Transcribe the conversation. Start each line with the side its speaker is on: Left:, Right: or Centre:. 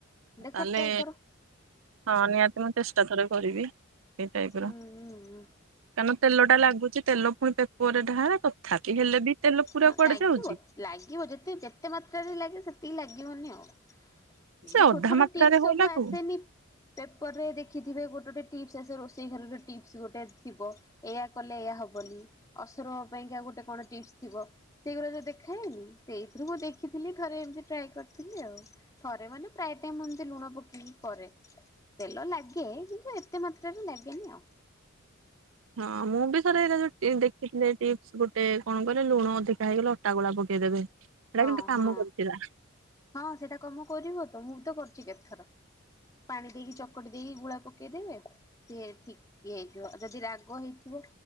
Left: ଦେଖ
Right: ତାହେଲେ
Left: ଟ୍ରାଏ କର।
Right: ହଁ ନିହାତି ମୁଁ ଚେଷ୍ଟା ଥରେ କରିବି ଏ ଟାଇପ୍
Left: ହୁଁ
Right: ର।
Left: ହୁଁ
Right: କାରଣ ତେଲ ଟା ଲାଗୁଚି ତେଲ ଫୁଣି ପେପରରେ ଢାଳେ। ତଥାପି ହେଲେ ବି ତେଲ ପୁରା
Left: ହଁ
Right: କୁଆଡେ
Left: ଲାଗିବ
Right: ଯାଉଛି
Left: ଲାଗିବ ଯେତେ ଯେତେ ମାତ୍ରାରେ ଲାଗେ ସେତିକି ଲାଗିବନି ଆଉ। ଇଏ
Right: ସେ ଅଧା
Left: ଛୋଟ୍ ଛୋଟ୍
Right: ମାତ୍ରାରେ
Left: ଟିପ୍ସ
Right: ହଉ
Left: ସବୁ
Right: ଲାଗୁ
Left: ଆସେନି ପେପର ରେ ଦେଖିଥିବେ ଗୋଟେ ଗୋଟେ ଟିପ୍ସ ଆସେ ରୋଷେଇ ଘରର ଟିପ୍ସ ଗୋଟେ ଥିବ। ଏୟଆ କଲେ ଏୟା ହବନି ଅସୁର ପାଇଁ କି ଆଉ ଗୋଟେ କଣ ଟିପ୍ସ ଥିବ ସେଇଗୁରା ଯୋଉ ଦେଖାଏନି ସେଇଥିରୁ ମୁଁ ଦେଖିଥିଲି ଥରେ ଏମିତି ଟ୍ରାଏ କରିଥିଲି ଆଉ। ଥରେ ମାନେ ପ୍ରାୟ ଟାଇମ ଏମିତି ଲୁଣ ପକେଇକି କରେ। ତେଲ ଲାଗେ କିନ୍ତୁ ଏତେ ମାତ୍ରାରେ ଲାଗେନି ଆଉ।
Right: ହଁ ମୁଁ ଥରେ ଏରା ଦେଖ୍ ଫ୍ଟନେ ଟିପସ ଗୋଟେ କଣ କହିଲ ଲୁଣ ଅଧିକା ହେଇଗଲେ ଅଟାଗୋଳା ପକେଇଦେବେ। ସେଇଟା
Left: ହଁ
Right: କିନ୍ତୁ କାମ
Left: ହଁ
Right: କରିଥିଲା
Left: ହଁ ସେଇଟା କାମ କରିବ ତ ମୁଁ ତ କରିଛି କେତେଥର। ପାଣି ଦେଇକି ଚକୁଟି ଦେଇକି ଗୁଳା ପକେଇଦେବେ ସିଏ ଠିକ ହେଇଯିବ ଯଦି ରାଗ ହେଇଥିବ